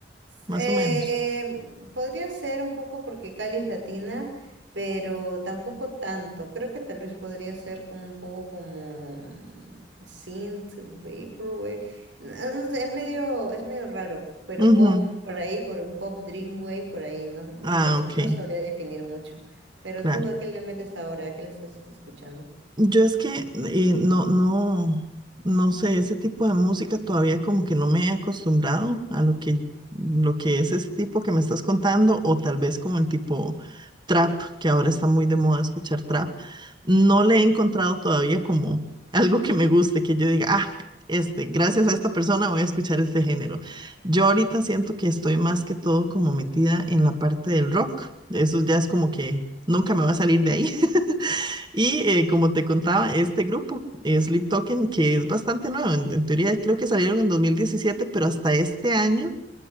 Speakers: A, on the right (about 25°); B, on the right (about 90°).
A: más
B: Eh,
A: o menos.
B: podría ser un poco porque Cali es latina, pero tampoco tanto. Creo que tal vez podría ser como un poco como mm, synth, vaporwave. No, no sé, es medio, es medio raro, pero
A: Ujú.
B: pop por ahí, por un pop dreamwave por ahí, no, no
A: Ah,
B: los,
A: ok,
B: no sabría definir mucho. Pero
A: claro.
B: tú, ¿a qué le metes ahora? ¿A qué le estás escuchando?
A: Yo es que eh, no, no, no sé, ese tipo de música todavía como que no me he acostumbrado a lo que, lo que es ese tipo que me estás contando, o tal vez como el tipo trap, que ahora está muy de moda escuchar trap. No le he encontrado todavía como <laughs> algo que me guste, que yo diga, ah, este, gracias a esta persona voy a escuchar este género. Yo ahorita siento que estoy más que todo como metida en la parte del rock. Eso ya es como que nunca me va a salir de ahí. Y eh, como te contaba, este grupo, eh, Sleep Token, que es bastante nuevo, en, en teoría creo que salieron en 2017, pero hasta este año